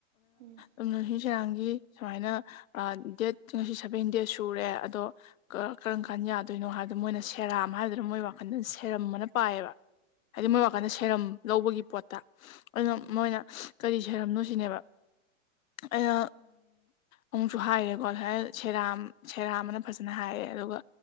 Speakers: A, on the right (about 55°); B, on the left (about 85°).
A: ꯎꯝ
B: ꯑꯗꯨꯅꯁꯤ ꯁꯦꯔꯥꯡꯒꯤ ꯁꯨꯃꯥꯏꯅ ꯗꯦꯠ ꯉꯁꯤ ꯁꯚꯦꯟ ꯗꯦꯖ ꯁꯨꯔꯦ ꯑꯗꯣ ꯀꯔꯝ ꯀꯥꯟ ꯌꯥꯗꯣꯏꯅꯣ ꯍꯥꯏꯕꯗꯣ ꯃꯣꯏꯅ ꯁꯦꯔꯥꯝ ꯍꯥꯏꯗꯨꯅ ꯃꯣꯏ ꯋꯥꯈꯜꯗꯅ ꯁꯦꯔꯝ ꯑꯃꯅ ꯄꯥꯏꯌꯦꯕ ꯍꯥꯏꯗꯤ
A: ꯎꯝ
B: ꯃꯣꯏ ꯋꯥꯀꯥꯟꯗ ꯁꯦꯔꯝ ꯂꯧꯕꯒꯤ ꯄꯣꯠꯇ ꯑꯩꯅ
A: ꯎꯝ
B: ꯃꯣꯏꯅ ꯀꯔꯤ ꯁꯔꯝꯅꯣ ꯁꯤꯅꯦꯕ ꯑꯩꯅ ꯑꯃꯨꯛꯁꯨ ꯍꯥꯏꯔꯦꯀꯣꯃꯥꯏꯅ ꯁꯦꯔꯥ ꯁꯦꯔꯥꯝꯅ ꯐꯖꯅ ꯍꯥꯏꯔꯦ ꯑꯗꯨꯒ